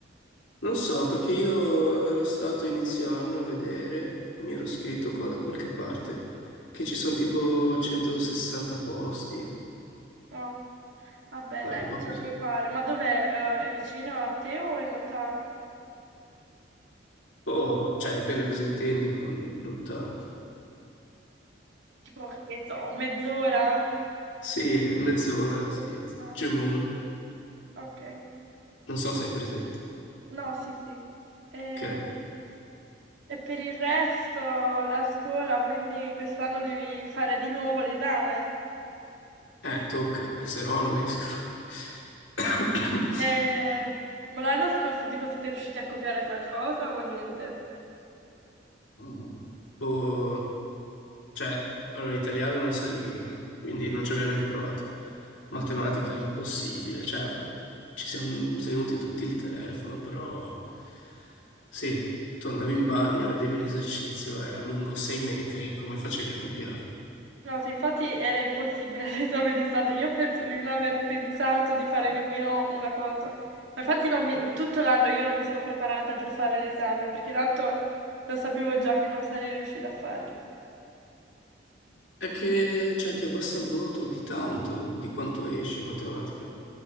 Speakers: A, on the left; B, on the right.
A: Non so, perché io ero stato inizio anno a vedere, mi ero scritto qua da qualche parte, che ci sono tipo 160 posti,
B: No. Vabbè,
A: una
B: dai,
A: roba
B: ma ce
A: così.
B: la puoi fare. Ma dov'è? Eh, è vicino a te o è lontano?
A: Oh, cioè dipende cosa intendi con lontano.
B: Tipo, che ne so, mezz'ora?
A: Sì, mezz'ora, sì, z-
B: Ah,
A: gemona.
B: ok. Ok.
A: Non so se hai presente.
B: No, sì, sì. E,
A: Ok.
B: e per il resto la scuola, quindi quest'anno devi fare di nuovo l'esame.
A: Eh, tocca, se no non esco. <coughs>
B: Eh, ma l'anno scorso, tipo, siete riusciti a copiare qualcosa o niente?
A: Mm. Boh. Cioè, allora italiano non serviva, quindi non ci abbiamo neanche provato. Matematica impossibile, cioè ci siamo tenuti tutti il telefono, però sì, tu andavi in bagno, vedevi un esercizio, era lungo 6 metri, come facevi a copiarlo?
B: No, sì, infatti era impossibile <laughs> l'esame di Stato. Io penso di non aver pensato di fare nemmeno una cosa. Ma infatti non mi- tutto l'anno io non mi sono preparata per fare l'esame, perché tanto lo sapevo già che non sarei riuscita a farlo.
A: È che, cioè, ti abbassa il voto di tanto, di quanto esci in matematica.